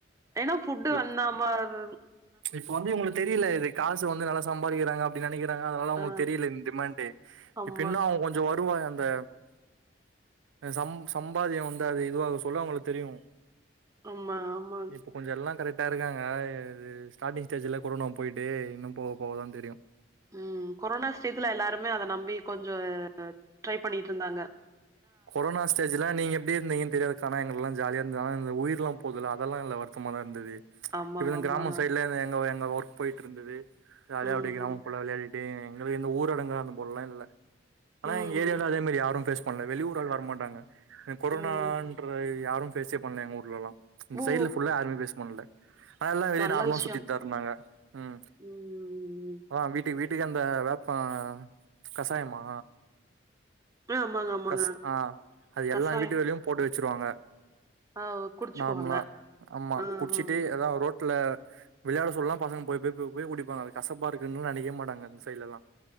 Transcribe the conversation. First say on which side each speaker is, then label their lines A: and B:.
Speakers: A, on the right (about 15°); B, on the right (about 80°).
A: ஏனா புஃட்டு
B: இப்
A: வந்தாமார்
B: இப்ப வந்து இவ்ங்களுக்கு தெரியுல இது காசு வந்து நல்லா சம்பாதிக்கிறாங்க அப்டி நெனைக்கி றாங்க அதனால அவ்ங்களுக்கு
A: ஆ
B: தெரியல இந் டிமாண்ட்டு
A: ஆமா,
B: இப்ப இன்னு அவ்ங்க கொஞ்ச வருவான் ந்த அ சம் சம்பாதிய வந்து அது இதுவாகு சொல்ல அவ்ங்களுக்கு தெரியு
A: ஆமா, ஆமா.
B: இப்ப கொஞ்ச எல்லா கரெக்டா இருக்காங்க அ இது ஸ்டார்டிங் ஸ்டேஜ்ஜுல கொரோனா போயிட்டு இன்னு போகா போக தா தெரியு
A: ம் கொரோனா ஸ்டேத்துல எல்லாருமே அத நம்பி கொஞ்ச அ ட்ரை பண்ணிட்ருந்தாங்க
B: கொரோனா ஸ்டேஜ்ஜுல நீங்க எப்டி இருந்தீங்கன் தெரியாதுக்கா ஆனா எஙகளுக்குலா ஜாலியா இருந்த ஆனா இந்த உயிர்ளாம் போதுல அதெல்லா எல்லா வருத்தமாதா இருந்தது
A: ஆமாங்க,
B: இப்டி தா
A: ஆமாங்க.
B: கிராம சைட்ல எங்கவ் எங் ங்க ஒர்க் போயிட்ருந்தது ஜாலியா
A: ம்,
B: அப்டியே கிராம ஃபுல்லா விளையாடிட்டே எங்களுக்கு இந்த ஊரடங்களா அந்த போட்லா இல்ல ஆனா
A: ம்,
B: எங்க ஏரியால அதே மாரி யாரு ஃபேஸ் பண்ல வெளியூர் ஆள் வரமாட்டாங்க எ கொரோனான்ற
A: ம்.
B: யாரு ஃபேஸே பண்ல எங்க ஊர்லலா இந்த
A: ஓ!
B: சைட்ல ஃபுல்லா யாருமே ஃபேஸ் பண்ல அதெல்லா வெளிய
A: நல்ல
B: நார்மலா
A: விஷயம்.
B: சுத்திட்டு தா இருந்தாங்க ம்
A: ம்.
B: அதா வீட்டுக்கு வீட் டுக்கு அந்த வேப்ப கசாயமா
A: ஆமாங்க, ஆமாங்க.
B: கஸ் ஆ அது எல்லா
A: கசாயம்.
B: வீட்டுகள்லயு போட்டு வெச்சிருவாங்க
A: ஆ குடிச்சுக்குவாங்க.
B: நார்ம்லா ஆமா
A: ம்
B: குட்ச்சுட்டு எதாவ் ரோட் ட்ல விளையாட சொல்லா பசங்க போய் போய் போய் போய் குடிப்பாங்க அது கசப்பா இருக்குன்னு நெனைக்கவே மாட்டாங்க இந்த சைட்லலா